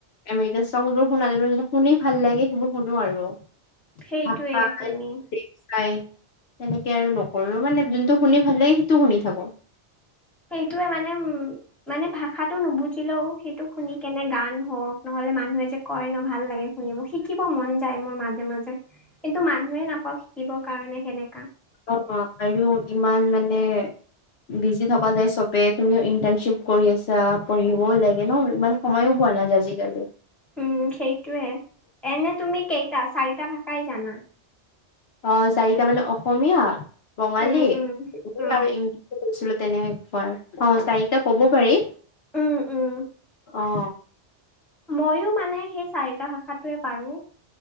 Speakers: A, on the left; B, in the centre.
A: এমেৰিকান সংছবোৰ শুনা <unintelligible> শুনি ভাল লাগে। <unintelligible> শুনো আৰু।
B: সেইটোৱে
A: ভাষাই
B: শুনি।
A: <unintelligible> তেনেকে আৰু নকৰো মানে যোনটো শুনি ভাল লাগে সেইটো শুনি থাক কোঁ।
B: সেইটোৱে মানে উম, মানে ভাষাটো নোবুজিলেও সেইটো শুনি কেনে গান হওঁক নহলে মানুহে যে কয় ন ভাল লাগে শুনিব শিকিব মন যায় মোৰ মাজে মাজে, কিন্তু মানুহে নাপাওঁ শিকিবৰ কাৰণে। কাৰণে সেনেকা।
A: অ', অ, আৰু ইমান মানে বিজি থকা যাই চবে তুমিও ইন্টাৰ্নশ্বিপ কৰি আছা পঢ়িবও লাগে ন' ইমান সময়য়ো ব <unintelligible> আজিকালি
B: উম সেইটোৱে, এনে তুমি কেইটা চাৰিটা ভাষাই জানা?
A: অ', চাৰিটা মানে অসমীয়া, বঙালী,
B: উম উম
A: হিন্দী
B: অ
A: আৰু ইংলিছ <unintelligible> তেনেকুৱা, অ, চাৰিটা কব পাৰি,
B: উম উম
A: অ,
B: মইয়ো মানে সেই চাৰিটা ভাষাটোৱে পাৰোঁ।